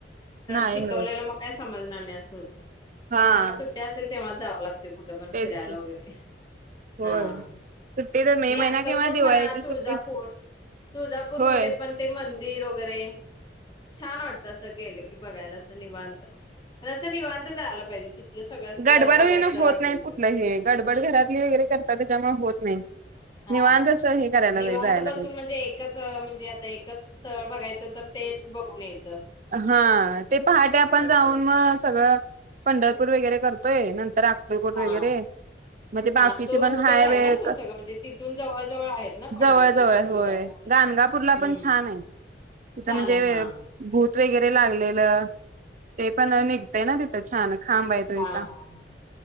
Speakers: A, on the right; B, on the left.
A: नाही
B: शिकवलेलं
A: होत
B: मग का समजणार नाही अस हो त्यांना
A: हा.
B: सुट्ट्या असेल. तेव्हा जावं लागते. ते कुठं पण
A: तेच
B: फिरायला
A: की
B: वगैरे
A: होय
B: हा!
A: सुट्टी तर मे
B: नाही
A: महिना
B: अक्कलकोट
A: किंवा
B: म्हणा
A: दिवाळीची
B: तुळजापूर
A: सुट्टी
B: तुळजापूर
A: होय
B: मध्ये पण ते, मंदिर वगैरे छान वाटत अस गेलं की बघायला अस निवांत प अस निवांत जायला पाहिजे. तिथलं सगळं
A: गडबड
B: जर बघायचं
A: हेन नाहीत
B: असेल
A: कुठलं
B: तर
A: हि गडबड घरातली वगैरे करतात त्याच्यामुळे हो नाही
B: हा
A: निवांत असं हे करायला
B: निवांत
A: पाहिजे जायला
B: बसून
A: पाहिजे
B: म्हणजे, एकच म्हणजे आता एकच स्थळ बघायचं तर, तेच बघूूनेत
A: हा ते पहाटे आपण
B: वगैरे.
A: जाऊन मग सगळं पंढरपूर वगैरे करतोय नंतर अक्कलकोट
B: हा
A: वगैरे मग ते
B: हा
A: बाकीचे
B: तो रूटच
A: पण हाय
B: आहे
A: वेळ
B: ना तू सगळं म्हणजे, तिथून जवळ जवळ आहेत ना पंढरपूर,
A: जवळ जवळ
B: तुळजापूर
A: होय
B: हम्म
A: गाणगापूरला पण छान आहे तिथं
B: छान
A: म्हणजे
B: आहे. हा!
A: भूत वगैरे लागलेलं ते पण निघतय ना तिथ <inaudible> खांब आहे त्यांचा
B: हां, हां, हां.